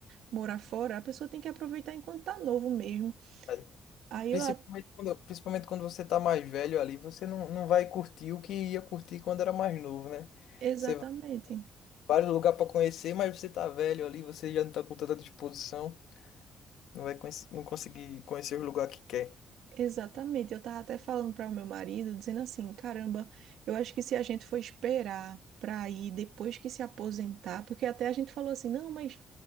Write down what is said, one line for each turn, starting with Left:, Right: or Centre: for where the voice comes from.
Right: morar fora, a pessoa tem que aproveitar enquanto tá novo mesmo.
Left: é
Right: Aí
Left: Principalmente
Right: eu, a-
Left: quando, principalmente quando você tá mais velho ali, você não, não vai curtir o que ia curtir quando era mais novo, né?
Right: exatamente.
Left: Você vai em vários lugares pra conhecer, mas você tá velho ali, você já não tá com tanta disposição, não vai conhece- não conseguir conhecer o lugar que quer.
Right: Exatamente, eu tava até falando para o meu marido, dizendo assim, caramba, eu acho que se a gente for esperar para ir depois que se aposentar, porque até a gente falou assim, não, mas